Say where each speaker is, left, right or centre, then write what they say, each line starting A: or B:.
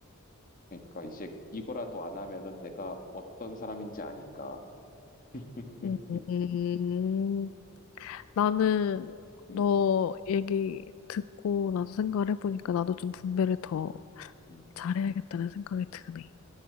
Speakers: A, on the left; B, on the left.
A: 그러니까 이제 이거라도 안 하면은 내가 어떤 사람인지 아니까 <laughs> 음,
B: 음, 음. 나는 너
A: 음,
B: 얘기 듣고 나서 생각을 해보니까 나도 좀 분배를 더
A: 음.
B: 잘해야겠다는 생각이 드네.